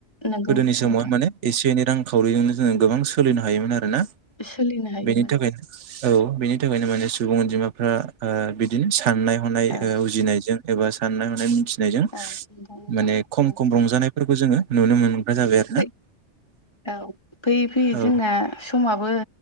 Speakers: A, on the left; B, on the right.
A: नंगौ
B: गोदोनि समावहाय
A: नोंथां
B: माने एसे एनै रांखावरिजोंनो जोङो गोबां सोलिनो हायोमोन आरोना
A: सोलिनो हायो
B: बेनि
A: माने
B: औ बिनि थाखायनो माने सुबुं अनजिमाफ्रा बिदिनो साननाय हनाय
A: औ
B: उजिनायजों एबा साननाय हनाय मोन फिनायजों
A: औ नंगौ नोंथां
B: माने खम
A: औ
B: खम रंजानायफोरखौ जोङो नुनो मोनग्रा जाबाय आरो
A: फै
B: ना
A: औ फैयै फैयै
B: औ
A: जोंना समाबो